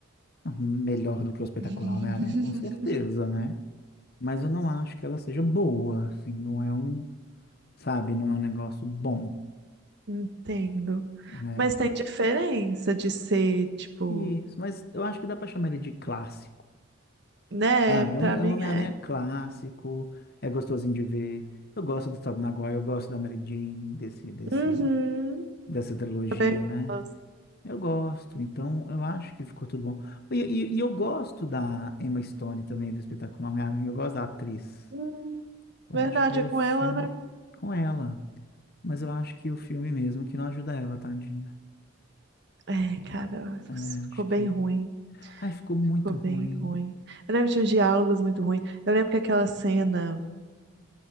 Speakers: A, on the left (about 50°); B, on the right (about 55°).
A: Ah, Melhor do que o espetacular
B: <laughs>
A: Homem-Aranha, com certeza, né? mas eu não acho que ela seja boa, assim, não é um, sabe, não é um negócio bom,
B: Entendo.
A: né?
B: Mas tem diferença de ser, tipo.
A: Isso, mas eu acho que dá pra chamar ele de clássico,
B: Né?
A: sabe? É
B: Pra
A: um, é
B: mim
A: um Homem-Aranha
B: é.
A: clássico, é gostosinho de ver. Eu gosto do Tobey Maguire, eu gosto da Mary Jane, desse, desse,
B: Uhum.
A: dessa trilogia,
B: Também
A: né?
B: gosto.
A: Eu gosto, então eu acho que ficou tudo bom. E, e- e eu gosto da Emma Stone também, do espetáculo Homem-Aranha, eu gosto da atriz.
B: Hum, verdade,
A: Eu acho que
B: é
A: o
B: com
A: filme
B: ela, né?
A: com ela. Mas eu acho que o filme mesmo que não ajuda ela, tadinha.
B: É, cara,
A: É,
B: ficou
A: acho
B: bem
A: que.
B: ruim.
A: Ai, ficou muito
B: Ficou bem
A: ruim.
B: ruim. Eu lembro de uns diálogos muito ruins. Eu lembro que aquela cena,